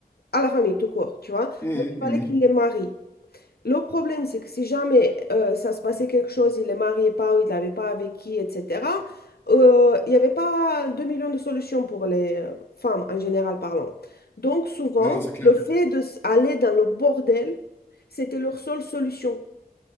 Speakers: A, on the left (about 80°); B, on the left (about 15°).
A: à la famille tout court, tu vois.
B: Mhm,
A: Donc, il
B: mhm.
A: fallait qu'ils les marient. Le problème, c'est que si jamais euh, ça se passait quelque chose, il est marié pas ou il n'avait pas avec qui, etc., euh, il n'y avait pas 2 millions de solutions pour les euh, femmes en général parlant. Donc souvent,
B: Non, non, c'est clair.
A: le fait d'aller dans le bordel, c'était leur seule solution.